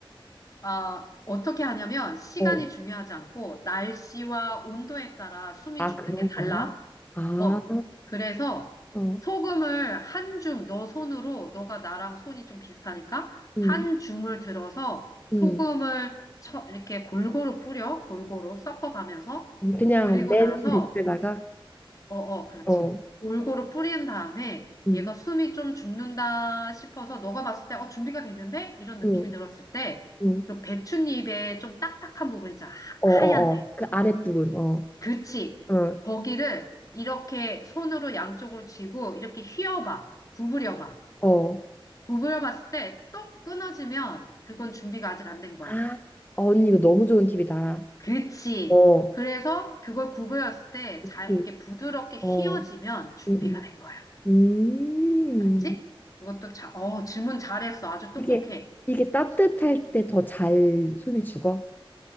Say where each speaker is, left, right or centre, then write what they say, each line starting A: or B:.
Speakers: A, on the left; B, on the left.
A: 아, 어떻게 하냐면 시간이
B: 어.
A: 중요하지 않고 날씨와 온도에 따라 숨이
B: 아,
A: 죽는
B: 그런
A: 게 달라.
B: 거야? 아,
A: 어, 그래서
B: 어.
A: 소금을 한 줌, 너 손으로, 너가 나랑 손이 좀 비슷하니까,
B: 음,
A: 한 줌을 들어서 소금을
B: 음.
A: 쳐, 이렇게 골고루 뿌려, 골고루 섞어가면서,
B: 음, 그냥
A: 그리고
B: 맨
A: 나서,
B: 밑에다가
A: 어, 어, 그렇지.
B: 어.
A: 골고루 뿌린 다음에,
B: 음,
A: 얘가 숨이 좀 죽는다 싶어서, 너가 봤을 때, 어, 준비가 됐는데? 이런 느낌이
B: 음,
A: 들었을 때,
B: 음.
A: 그 배춧잎에 좀 딱딱한 부분 있잖아. 하,
B: 어, 어,
A: 하얀색.
B: 어. 그 아랫부분. 어.
A: 그치.
B: 어.
A: 거기를 이렇게 손으로 양쪽으로 쥐고 이렇게 휘어봐. 구부려봐.
B: 어.
A: 구부려봤을 때 똑 끊어지면 그건 준비가 아직 안 된 거야.
B: 아, 언니 이거 너무 좋은 팁이다.
A: 그치.
B: 어.
A: 그래서 그걸 구부렸을 때
B: 오케이.
A: 잘 이렇게 부드럽게 휘어지면
B: 어.
A: 준비가
B: 음, 음.
A: 된 거야.
B: 음.
A: 알았지? 그것도 자, 어, 질문 잘했어. 아주 똑똑해.
B: 이게 이게 따뜻할 때 더 잘 손이 죽어.